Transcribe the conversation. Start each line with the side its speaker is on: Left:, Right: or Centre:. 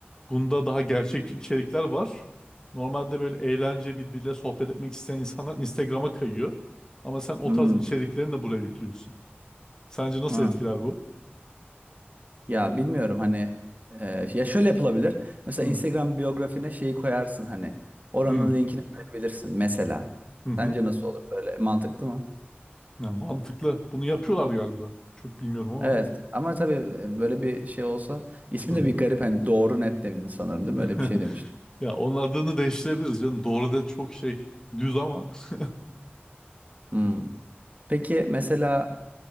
Left: Bunda daha gerçek içerikler var. Normalde böyle eğlence birbiriyle sohbet etmek isteyen insanlar Instagram'a kayıyor. Ama sen o
Right: hmm,
Left: tarz içeriklerini de buraya yüklüyorsun. Sence nasıl
Right: hı.
Left: etkiler bu?
Right: Ya bilmiyorum hani e, ya şöyle yapılabilir. Mesela
Left: Hı
Right: Instagram biyografine şeyi koyarsın hani oranın
Left: hı
Right: linkini koyabilirsin mesela.
Left: hı hı.
Right: Sence nasıl olur böyle mantıklı mı?
Left: Ya mantıklı. Bunu yapıyorlar galiba. Çok bilmiyorum ama.
Right: Evet ama tabii e, böyle bir şey olsa ismi
Left: Hı hı.
Right: de bir garip hani doğru net demedin sanırım değil
Left: <laughs>
Right: mi? Öyle bir şey demiştin.
Left: Ya onun adını değiştirebiliriz canım. Doğru da çok şey düz ama. <laughs>
Right: Hmm. Peki mesela